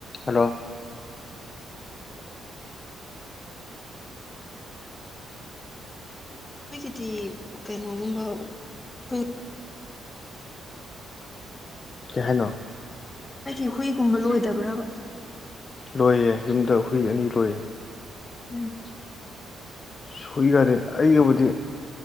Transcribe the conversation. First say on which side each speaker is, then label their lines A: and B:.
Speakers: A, on the left; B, on the left.
A: Hello
B: ꯑꯩꯈꯣꯏꯒꯤꯗꯤ ꯀꯩꯅꯣꯒꯨꯝꯕ ꯑꯩꯣꯏ
A: ꯀ ꯍꯥꯏꯥꯏꯅꯣ
B: ꯑꯩꯒꯤ ꯍꯨꯏꯒꯨꯝꯕ ꯂꯣꯏꯗꯕ꯭ꯔꯕ
A: ꯂꯣꯏꯌꯦ ꯌꯨꯝꯗ ꯍꯨꯏ ꯑꯅꯤ ꯂꯣꯏꯌꯦ
B: ꯎꯝ
A: ꯁꯨ ꯌꯥꯗꯦ ꯑꯩꯒꯕꯨꯗꯤ